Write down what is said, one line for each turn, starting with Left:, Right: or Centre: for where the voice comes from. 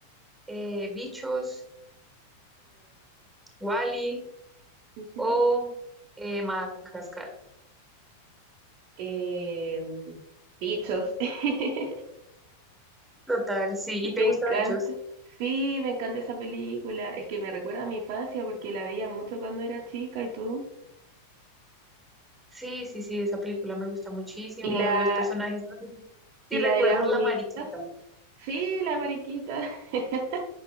Centre: Eh, bichos, Wally
Right: Ujú.
Centre: o eh, Madagascar.
Right: Em, bichos. <laughs>
Centre: Total, sí.
Right: Me
Centre: ¿Y te gusta
Right: encanta.
Centre: Bichos?
Right: Sí, me encanta esa película. Es que me recuerda a mi infancia porque la veía mucho cuando era chica y tú.
Centre: Sí, sí, sí, esa película me gusta muchísimo.
Right: Y la,
Centre: Los personajes, no sé
Right: y
Centre: si recuerdas
Right: la de las hormiguitas.
Centre: la mariquita.
Right: Sí, la mariquita <laughs>